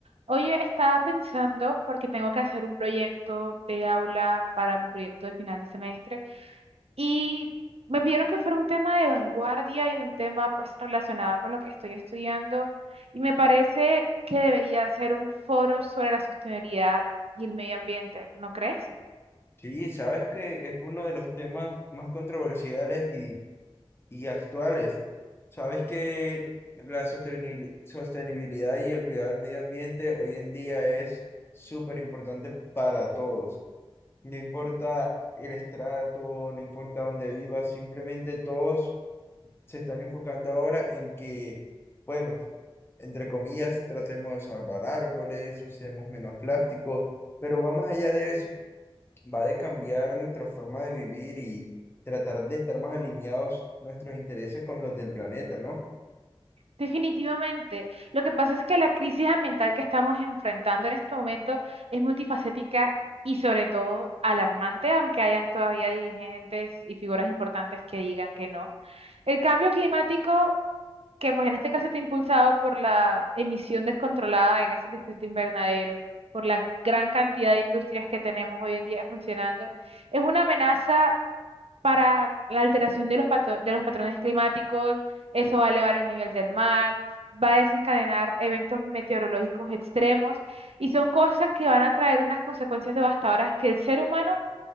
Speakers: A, on the right (about 85°); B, on the left (about 25°).
A: Oye, estaba pensando, porque tengo que hacer un proyecto de aula para mi proyecto de final de semestre, y me pidieron que fuera un tema de vanguardia y un tema pues relacionado con lo que estoy estudiando, y me parece que debería ser un foro sobre la sostenibilidad y el medio ambiente, ¿no crees?
B: Sí, sabes que es uno de los temas más controversiales y, y actuales. Sabes que la sostenibili- sostenibilidad y el cuidado del medio ambiente hoy en día es súper importante para todos. No importa el estrato, no importa dónde vivas, simplemente todos se están enfocando ahora en que, bueno, entre comillas, tratemos de salvar árboles, usemos menos plástico, pero va más allá de eso va de cambiar nuestra forma de vivir y tratar de estar más alineados nuestros intereses con los del planeta, ¿no?
A: Definitivamente. Lo que pasa es que la crisis ambiental que estamos enfrentando en este momento es multifacética y sobre todo alarmante, aunque hayan todavía dirigentes y figuras importantes que digan que no. El cambio climático, que pues en este caso está impulsado por la emisión descontrolada de gases de efecto invernadero, por la gran cantidad de industrias que tenemos hoy en día funcionando, es una amenaza para la alteración de los, pato- de los patrones climáticos, eso va a elevar el nivel del mar, va a desencadenar eventos meteorológicos extremos y son cosas que van a traer unas consecuencias devastadoras que el ser humano